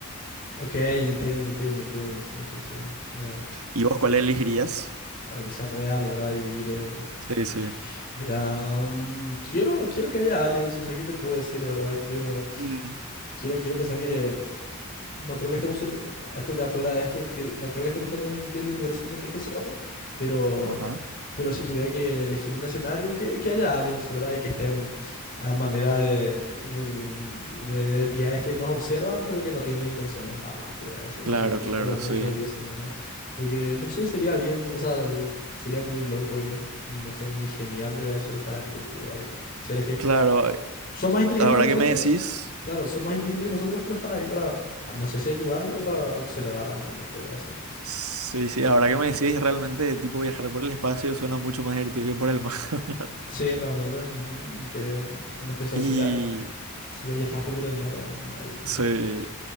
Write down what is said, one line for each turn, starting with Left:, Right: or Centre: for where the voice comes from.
Left: Ok, entiendo, entiendo, entiendo. Sí, sí, sí. Eh,
Right: ¿Y vos cuál elegirías?
Left: para que sea real, ¿verdad? Y vivir. eh,
Right: Sí, sí.
Left: Mira, mm, quiero, quiero que haya aliens. O sea, ¿qué te puedo decir, la verdad? Quiero,
Right: Mm,
Left: quiero, quiero pensar que. No creo que estemos solo. Esto ya fuera de esto. que- No creo que estemos solo en el universo, como te dije hace rato. Pero.
Right: Ajá.
Left: Pero si tuviera que elegir un escenario, que, que haya aliens, ¿verdad? Y que estén a manera de, de, de- de entidades que nos observan, pero que no tienen intenciones malas, te voy a decir,
Right: Claro,
Left: así como,
Right: claro,
Left: como muchos
Right: sí.
Left: dicen, ¿verdad? Porque, no sé, sería bien, o sea, sería muy loco y, no sé, muy genial, te voy a decir, saber que, tipo, hay seres que
Right: Claro,
Left: son más inteligentes
Right: ahora
Left: que nosotros,
Right: que me decís,
Left: claro, son más inteligentes que nosotros, pero están ahí para, no sé si ayudar, pero para observar al menos, te voy a decir.
Right: sí, sí, ahora que me decís, realmente tipo viajar por el espacio suena mucho más divertido que por el mar. <laughs>
Left: Sí, realmente, ujú, creo, en especial
Right: Y
Left: si ya... Si ya viajaste por el mar, ahora no, no hay
Right: sí,
Left: mucho.
Right: eh,